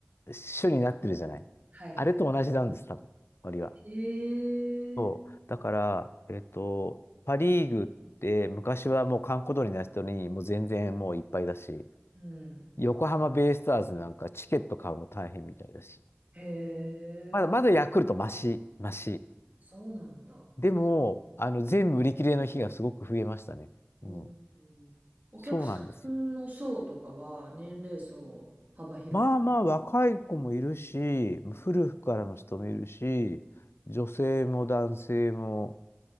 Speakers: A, on the left; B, on the right.
A: う、主になってるじゃない。
B: はいはい。
A: あれと同じなんです、多分、ノは。
B: ええ
A: そう。だから、えっと、パ・リーグって昔はもう閑古鳥にな人にもう全然もういっぱいだし、
B: うん。
A: 横浜ベイスターズなんかチケット買うの大変みたいだし、
B: へえ、
A: まだまだヤクルトマシ、マシ。
B: そうなんだ。
A: でも、あの、全部売り切れの日がすごく増えましたね。
B: うん。
A: うん
B: うんお客さんの層とかは年齢層幅広く。
A: そうなんですよ。まあまあ若い子もいるし、古くからの人もいるし、女性も男性も